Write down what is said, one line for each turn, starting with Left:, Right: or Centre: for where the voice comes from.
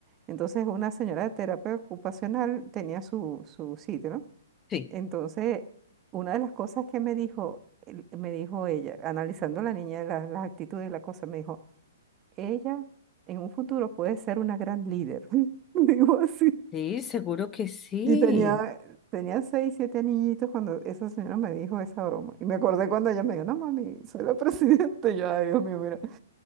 Right: Entonces una señora de terapia ocupacional tenía su, su sitio, ¿no?
Left: Sí.
Right: Entonces, una de las cosas que me dijo, el- me dijo ella, analizando la niña, la- las actitudes y la cosa, me dijo, ella en un futuro puede ser una gran líder. <laughs> Digo así.
Left: Sí, seguro que sí.
Right: Y tenía, tenía seis, siete niñitos cuando esa señora me dijo esa broma. Y me acordé cuando ella me dijo, no, mami, soy la <laughs> presidenta. Y yo, ay, Dios mío, mira.